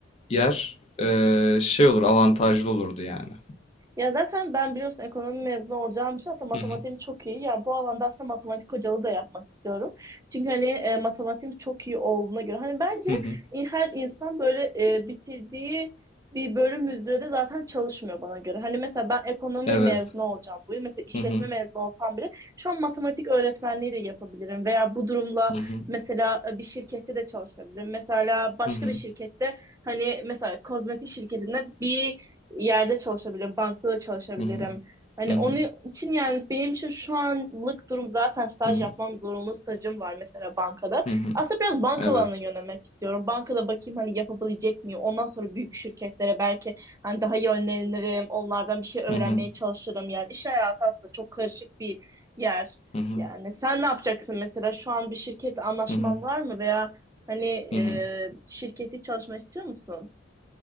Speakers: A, on the left (about 35°); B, on the right (about 15°).
A: yer ee, şey olur avantajlı olurdu yani.
B: Ya zaten ben biliyorsun ekonomi mezunu olacağım için aslında matematiğim
A: Hı hı.
B: çok iyi. Yani bu alanda aslında matematik hocalığı da yapmak istiyorum. Çünkü hani e, matematiğim çok iyi olduğuna göre. Hani bence
A: Hı hı.
B: in- her insan böyle e, bitirdiği bir bölüm üzere de zaten çalışmıyor bana göre. Hani mesela ben ekonomi
A: Evet.
B: mezunu olacağım bu yıl. Mesela işletme
A: Hı hı.
B: mezunu olsam bile şu an matematik öğretmenliği de yapabilirim. Veya bu durumla
A: Hı hı.
B: mesela e, bir şirkette de çalışabilirim. Mesela başka
A: Hı hı.
B: bir şirkette hani mesela kozmetik şirketinde bir yerde çalışabilirim, bankada da çalışabilirim.
A: Hı hı.
B: Hani
A: Hı
B: onun
A: hı.
B: için yani benim için şu anlık durum zaten staj
A: Hı hı.
B: yapmam zorunlu stajım var mesela bankada.
A: Hı hı.
B: Aslında biraz banka
A: Evet.
B: alanına yönelmek istiyorum. Bankada bakayım hani yapabilecek miyim? Ondan sonra büyük şirketlere belki hani daha yönlenirim. Onlardan bir şey öğrenmeye
A: Hı hı.
B: çalışırım. Yani iş hayatı aslında çok karışık bir yer.
A: Hı hı.
B: Yani sen ne yapacaksın mesela şu an bir şirketle anlaşman
A: Hı hı.
B: var mı veya hani
A: Hı hı.
B: e, şirketi çalışma istiyor musun?